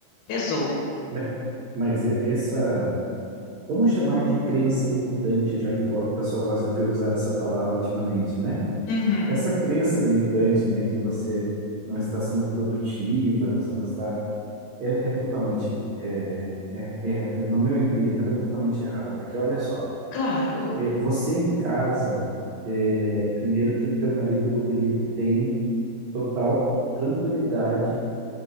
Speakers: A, on the left (about 80°); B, on the right (about 85°).
A: pesou.
B: me- mas e- essa, vamos chamar de crença limitante, já que o, go- o pessoal gosta de usar essa palavra ultimamente, né?
A: Uhum.
B: Essa crença limitante, né, que você não está sendo produtiva, você não está, é, é totalmente, é, é, é, no meu entendimento, é totalmente errada, porque olha só.
A: Claro,
B: É, você em casa, é, primeiro que o teu marido ele tem total tranquilidade